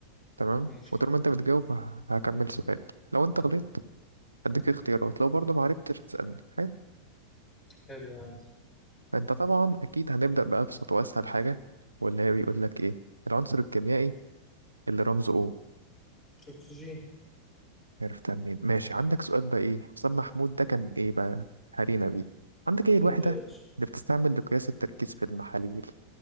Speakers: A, on the right; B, on the left.
A: تمام
B: ماشي
A: وطول ما أنت بتجاوب هكمل سؤال لو أنت غلطت هديك اختيارات لو برضه معرفتش تسألني حلو
B: حلو يعني
A: فأنت طبعا أكيد هنبدأ بأبسط وأسهل حاجة واللي هي بيقول لك إيه العنصر الكيميائي اللي رمزه O
B: الاكسجين
A: عرفتها منين ماشي عندك سؤال بقى ايه حسام محمود ده كان ايه بقى هارينا بيه عندك ايه الوحدة
B: قول يا باشا
A: اللي بتستعمل لقياس التركيز في المحاليل